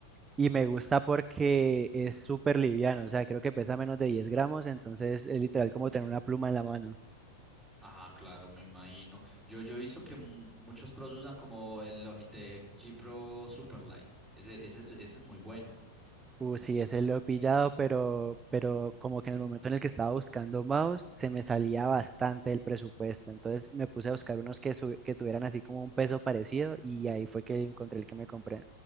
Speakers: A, on the right; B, in the centre.
A: y me gusta porque es súper liviano, o sea, creo que pesa menos de 10 gramos, entonces es literal como tener una pluma en la mano.
B: Ah, claro, me imagino. Yo, yo he visto que mu- muchos pros usan como el Logitech G Pro Superlight. Ese, ese es, ese es muy bueno.
A: Uh, sí, ese lo he pillado, pero, pero como que en el momento en el que estaba buscando mouse, se me salía bastante el presupuesto. Entonces me puse a buscar unos que, su- que tuvieran así como un peso parecido y ahí fue que encontré el que me compré.